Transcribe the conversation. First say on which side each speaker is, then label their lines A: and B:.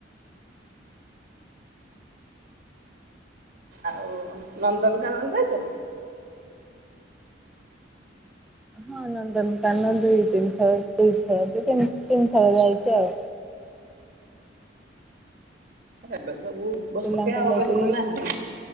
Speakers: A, on the right (about 50°); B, in the centre.
A: ଆଉ ନନ୍ଦନକାନନରେ ଅଛ।
B: ହଁ ନନ୍ଦନକାନ ଦୁଇ ତିନିଥର ଦୁଇ ଥର ଦ ତିନିଥର ଯାଇଛି ଆଉ।
A: ଏବେ ସବୁ ବସଖେ
B: ପିଲାଙ୍କୁ
A: ଆଉ
B: ନେଇକି
A: ବେଶ ନାହିଁ।